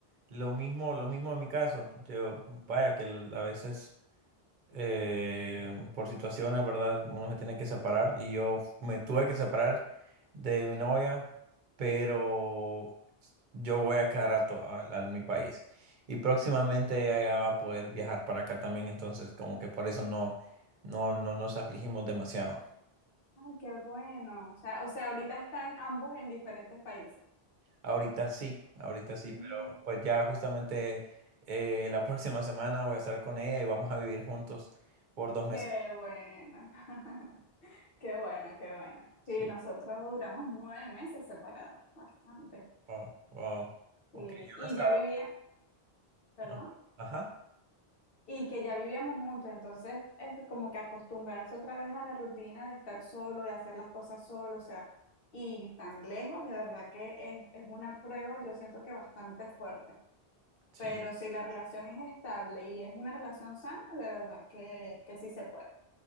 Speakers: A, on the right; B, on the left.
A: lo mismo, lo mismo en mi caso. Yo, vaya, que l- a veces eh, por situaciones, ¿verdad? Uno se tiene que separar y yo me tuve que separar de mi novia, pero yo voy a cada rato a, a mi país y próximamente ella va a poder viajar para acá también, entonces como que por eso no, no, no nos afligimos demasiado.
B: Ay, qué bueno. O sea, o sea, ahorita están ambos en diferentes países.
A: Ahorita sí, ahorita sí,
B: Mm,
A: pero pues ya justamente eh, la <laughs> próxima semana voy a estar con ella y vamos a vivir juntos por dos meses.
B: qué bueno, <laughs> qué bueno, qué bueno.
A: Sí,
B: Sí, nosotros duramos nueve meses separados, bastante.
A: wow, wow. Ok,
B: Sí,
A: yo
B: y
A: no estaba.
B: ya vivía, perdón.
A: Ah, Ajá,
B: y que ya vivíamos juntos, entonces es como que acostumbrarse otra vez a la rutina de estar solo, de hacer las cosas solo, o sea, y tan lejos, de verdad que es, es una prueba, yo siento que bastante fuerte,
A: sí,
B: pero si la relación es estable y es una relación sana, de verdad que, que sí se puede,